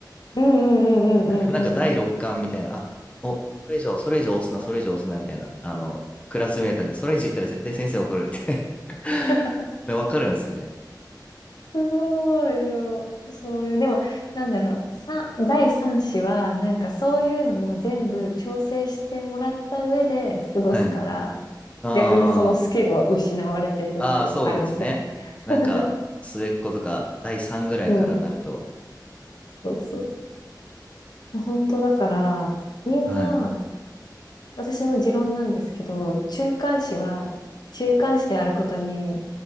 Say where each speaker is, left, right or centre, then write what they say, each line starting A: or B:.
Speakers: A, on the left (about 65°); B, on the left (about 15°).
A: うんうんうんうんうん
B: なんか第6巻みたいな、あ、お、それ以上、それ以上押すな、それ以上押すな、みたいな、あの、クラスメートに、それ以上言ったら絶対先生怒るって
A: <laughs>。
B: <laughs> でわかるんですよね。
A: すごい。でもそういう、でも、なんだろう、さ第3子は、なんかそういうのも全部調整してもらった上で過ごすから、
B: はい。あー
A: 逆にそのスキルは失われているっていうのはありません。
B: あー、そうですね。
A: <laughs>
B: なんか、末っ子とか、第3ぐらいからなると、
A: うん。そうそう。本当だから、みんな、
B: はい。
A: 私の持論なんですけど、中間子は、中間子であることに、